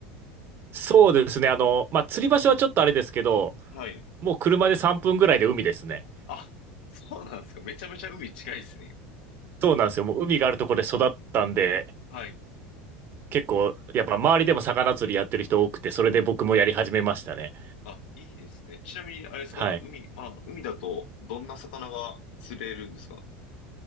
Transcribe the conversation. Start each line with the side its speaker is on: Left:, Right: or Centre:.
Right: そうですね。あの、まあ、釣り場所はちょっとあれですけど、
Left: はい。
Right: もう車で3分ぐらいで海ですね。
Left: あ、そうなんですか。めちゃめちゃ海近いですね。
Right: そうなんですよ。もう海があるところで育ったんで、
Left: はい。
Right: 結構、やっぱ周りでも魚釣りやってる人多くて、それで僕もやり始めましたね。
Left: あ、いいですね。ちなみに、あれですか、
Right: はい。
Left: 海、まあ、海だとどんな魚が釣れるんですか